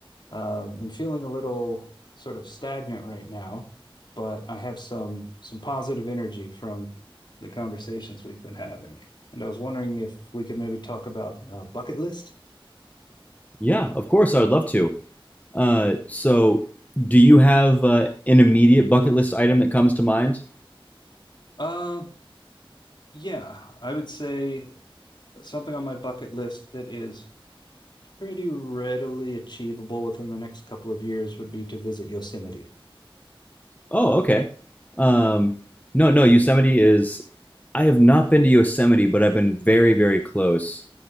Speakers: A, on the left; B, on the left.
A: um, am feeling a little sort of stagnant right now, but I have some some positive energy from the conversations we've been having, and I was wondering if we could maybe talk about uh, bucket list.
B: Yeah, of course, I would love to. Uh, so, do you have uh, an immediate bucket list item that comes to mind?
A: Uh, yeah, I would say something on my bucket list that is pretty readily achievable within the next couple of years would be to visit Yosemite.
B: Oh, okay. Um, no, no, Yosemite is. I have not been to Yosemite, but I've been very, very close.